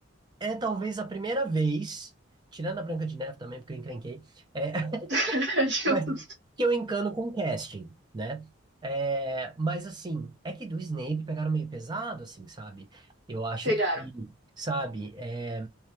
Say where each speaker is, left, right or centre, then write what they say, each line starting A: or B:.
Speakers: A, on the right; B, on the right.
A: é talvez a primeira vez, tirando a Branca de Neve também, porque eu encrenquei, é
B: <laughs> Justo.
A: mas que eu encano com o casting, né? É, mas assim, é que do Snape pegaram meio pesado, assim, sabe? Eu acho
B: Pegaram.
A: que, sabe, é...